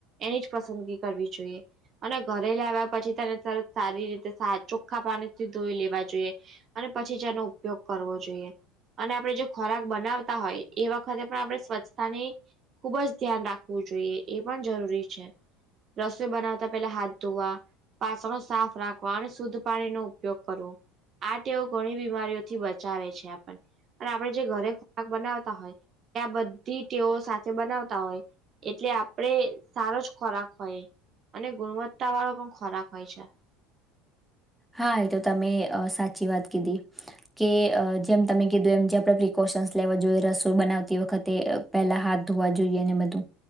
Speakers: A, on the right; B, in the centre.
A: એનીજ પસંદગી કરવી જોઈએ અને ઘરે લાવ્યા પછી તેને તરત સારી રીતે ચોખ્ખા પાણીથી ધોઈ લેવા જોઈએ અને પછી જ એનો ઉપયોગ કરવો જોઈએ અને આપણે જો ખોરાક બનાવતા હોય એ વખતે પણ આપણે સ્વચ્છતાની ખુબ જ ધ્યાન રાખ વુ જોઈએ એ પણ જરૂરી છે રસોઈ બનાવતા પેલા હાથ ધોવા વાસણો સાફ રાખવા અને શુદ્ધ પાણી નો ઉપયોગ કરવો આ ટેવ ઘણી બીમારીઓથી બચાવે છે આપણને અને આપડે જે ઘરે ખોરાક બનાવતા હોય ત્યા બધી તેઓ સાથે બનાવતા હોય એટલે આપડે સારો જ ખોરાક હોય અને ગુણવત્તા વાળો પણ ખોરાક હોય છે
B: હા એ તો તમે સાચી વાત કીધી કે જેમ તમે કીધું એમ જે આપણે પ્રિકોશન્સ લેવા જોઈએ રસોઈ બનાવતી વખતે પેહલા હાથ ધોવા જોઈએ ને બધું